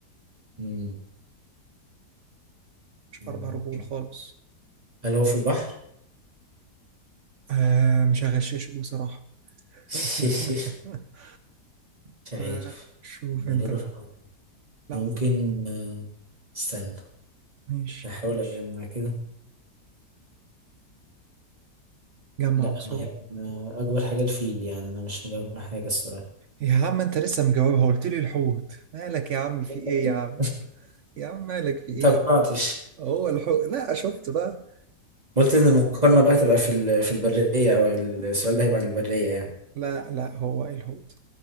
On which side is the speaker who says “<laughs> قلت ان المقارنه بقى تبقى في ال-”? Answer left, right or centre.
Right